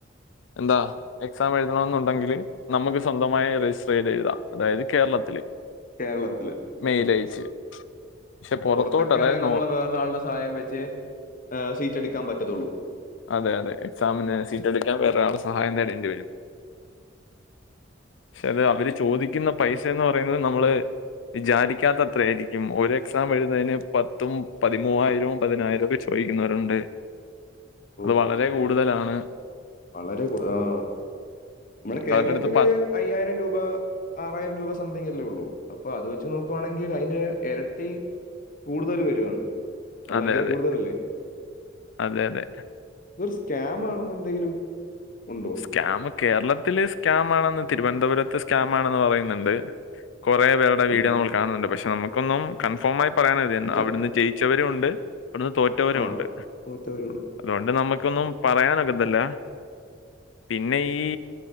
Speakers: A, on the left; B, on the left.
A: എന്താ എക്സാം എഴുതണോന്നുണ്ടെങ്കിൽ നമുക്ക് സ്വന്തമായി രജിസ്റ്റർ ചെയ്ത് എഴുതാം അതായത് കേരളത്തിൽ
B: കേരള അല്ലെ
A: മെയിൽ
B: ഒക്കെ
A: അയച്ച് പക്ഷെ പുറത്തോട്ട്
B: പുറത്തൊക്കൊണെങ്കിൽ
A: അതായത് നോ
B: നമ്മൾ വേറൊരാളുടെ സഹായം വെച്ച് ആ സീറ്റ് എടുക്കാൻ പറ്റത്തുള്ളൂ
A: അതെ അതെ എക്സാമിന് സീറ്റ് എടുക്കാൻ വേറൊൾടെ സഹായം തേടേണ്ടി വരും. പക്ഷെ അത് അവര് ചോദിക്കുന്ന പൈസ എന്ന് പറയുന്നത് നമ്മള് വിചാരിക്കാത്ത അത്ര ആരിക്കും ഒരു എക്സാം എഴുന്നതിന് പത്തും പതിമൂവായിരവും പതിനായിരവും ഒക്കെ വെച്ച് ചോദിക്കുന്നവരുണ്ട്
B: ഓ
A: അത് വളരെ കൂടുതലാണ്.
B: വളരെ കൂടുത ആ നമ്മുടെ കേരളത്തിൽ
A: അവരുടെ അടുത്ത് പ
B: അയ്യായിരം രൂപ ആറായിരം രൂപ സംതിങ് അല്ലേ ഉള്ളൂ അപ്പൊ അത് വെച്ച് നോക്കുവാണെങ്കിൽ അയിൻ്റെ എരട്ടി കൂടുതൽ വരുവാണ്. അത്
A: അതെ
B: ഭയങ്കര
A: അതെ
B: കൂടുതലല്ലേ?
A: അതെ അതെ
B: ഇതൊരു സ്കാമ് ആണെന്ന് എന്തെങ്കിലും ഉണ്ടോ
A: കാമ്മ് കേരളത്തിൽ സ്കാം ആണെന്ന് തിരുവനന്തപുരത്തെ സ്കാം ആണെന്ന് പറയുന്നുണ്ട്. കുറെേ പേർ ടെ വീഡിയോ
B: ഉം.
A: നമ്മൾ കാണുന്നുണ്ട് പക്ഷെ നമുക്കൊന്നും കൺഫോമായി പറയാൻ <unintelligible>
B: ക
A: അവിടുന്ന് ജയിച്ചവരും ഉണ്ട് അവിടുന്ന് തോ തോറ്റവരുഉണ്ട്
B: ആ. തോറ്റവരുണ്ട്.
A: അതുകൊണ്ട് നമുക്കൊന്നും പറയാനൊക്കതില്ല പിന്നെ ഈ